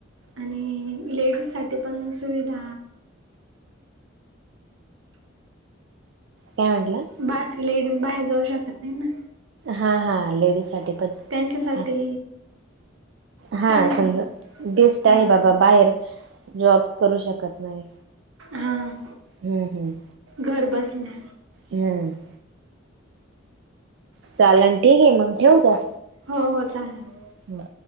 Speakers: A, on the right (about 85°); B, on the right (about 60°).
A: आणि लेडीजसाठी पण सुविधा
B: काय म्हंटला?
A: बा लेडीज बाहेर जाऊ शकत नाही ना?
B: हा हा लेडीजसाठी पण
A: त्यांच्यासाठी
B: छान हा
A: चांगलं
B: समजा
A: आहे
B: बेस्ट
A: हां
B: आहे बाबा बाहेर जॉब करू शकत नाही
A: हां
B: हम्म हम्म.
A: घर बसल्या
B: हम्म. चालल ठीक आहे मग ठेऊ का?
A: हो हो चालल.
B: हम्म.